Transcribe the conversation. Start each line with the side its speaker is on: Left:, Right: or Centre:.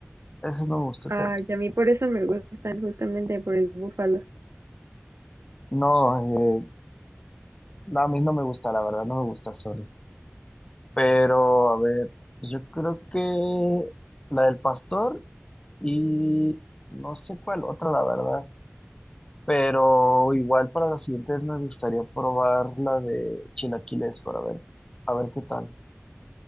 Left: eso no me gustó
Right: Ah,
Left: tanto.
Right: y a mí por eso me gustan, justamente por el búfalo.
Left: No, eh, no, a mí no me gusta, la verdad, no me gusta, sorry. Pero, a ver, yo creo que la del pastor y no sé cuál otra, la verdad. Pero igual para las siguientes me gustaría probar la de chilaquiles para ver, a ver qué tal.